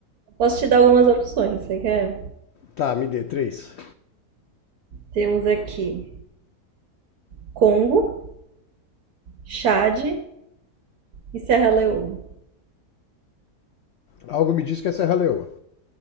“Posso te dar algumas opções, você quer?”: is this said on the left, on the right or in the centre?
Right